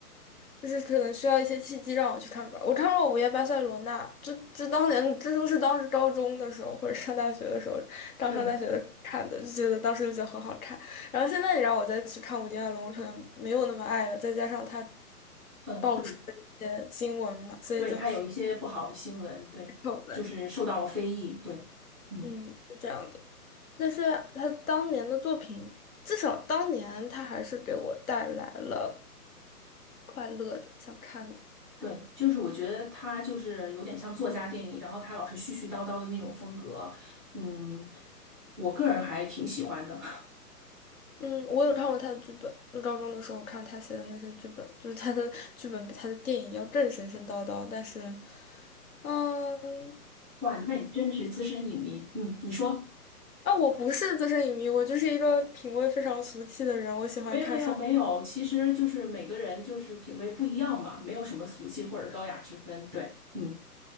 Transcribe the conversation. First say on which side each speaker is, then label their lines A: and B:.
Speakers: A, on the left; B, in the centre.
A: 就是可能需要一些契机让我去看吧。我看过《午夜巴塞罗那》，这这当年这都是当时高中的时候或者上大学的时候，刚上大学的时候看的，
B: 嗯
A: 就觉得当时就觉得很好看。然后现在你让我再去看《武丁爱龙城》，没有那么爱了，再加上他
B: 嗯，
A: 爆出的一些新闻嘛，
B: 对
A: 所以就
B: 对，他有一些不好的新闻，对，
A: 丑闻，
B: 就是受到了非议，对，嗯。
A: 嗯，是这样的。但是他当年的作品，至少当年他还是给我带来了快乐的、想看的。
B: 对，就是我觉得他就是有点像作家电影，然后他老是絮絮叨叨的那种风格，嗯，我个人还挺喜欢的。
A: 嗯，我有看过他的剧本，就高中的时候看他写的那些剧本，就是他的剧本比他的电影要更神神叨叨，但是，嗯。
B: <laughs> 哇，那你真的是资深影迷，嗯，你说？
A: 啊，我不是资深影迷，我就是一个品味非常俗气的人。我喜欢看商……
B: 没有没有没有，其实就是每个人就是品味不一样嘛，没有什么俗气或者高雅之分。对，嗯。